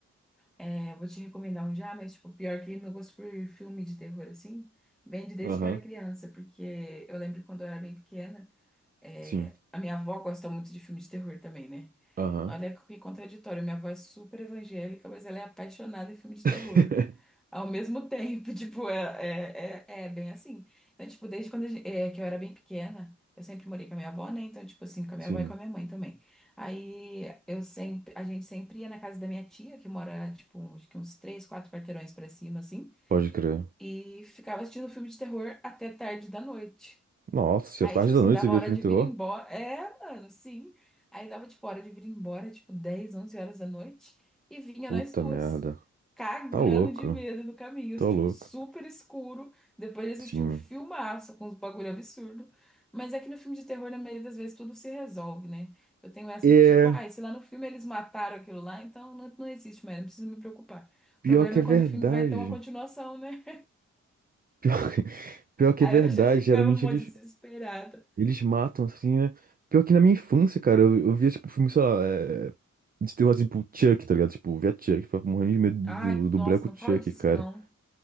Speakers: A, in the centre; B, on the right (about 30°).
A: É, vou te recomendar um já, mas, tipo, pior que meu gosto por filme de terror, assim, vem de desde
B: Aham,
A: que eu era criança, porque eu lembro quando eu era bem pequena, é,
B: sim.
A: a minha avó gosta muito de filme de terror também, né?
B: Aham.
A: Olha que contraditório, minha avó é super evangélica, mas ela é apaixonada em filme de
B: <laughs>
A: terror. Ao mesmo tempo, <laughs> tipo, é, é, é, é bem assim. Então, tipo, desde quando a gen- é, que eu era bem pequena, eu sempre morei com a minha avó, né? Então, tipo assim, com a minha
B: Sim,
A: avó e com a minha mãe também. Aí eu sempre, a gente sempre ia na casa da minha tia, que mora, tipo, acho que uns três, quatro quarteirões pra cima, assim,
B: pode crer.
A: e ficava assistindo filme de terror até tarde da noite.
B: Nossa, senhora,
A: Aí,
B: tarde
A: tipo
B: da
A: assim,
B: noite
A: dava
B: você vê
A: hora
B: filme
A: de
B: de
A: vir
B: terror?
A: embora. É, mano, sim. Aí dava, tipo, hora de vir embora, tipo, 10, 11 horas da noite. E vinha
B: Puta
A: nós duas,
B: merda.
A: cagando
B: Tá louco,
A: de medo no caminho,
B: tá louco.
A: tipo, super escuro. Depois de assistir
B: Sim.
A: um filmaço com uns bagulho absurdo. Mas é que no filme de terror, na maioria das vezes, tudo se resolve, né? Eu tenho essa
B: É.
A: de que, tipo, ah, e se lá no filme eles mataram aquilo lá, então não, não existe mais, não preciso me preocupar. O
B: Pior
A: problema
B: que
A: é
B: é
A: quando
B: verdade.
A: o filme vai ter uma continuação, né?
B: Pior, que- <laughs> pior que
A: Aí
B: é verdade.
A: eu já <laughs> ficava
B: Geralmente
A: mó
B: eles,
A: desesperada.
B: eles matam, assim, né? Pior que na minha infância, cara, eu, eu via, tipo, filme, sei lá, é, de terror, assim, tipo, Chuck, tá ligado? Tipo, via Chuck, ficava morrendo de medo
A: Ai,
B: do, do, do
A: nossa,
B: boneco
A: não
B: Chuck,
A: fala disso
B: cara.
A: não.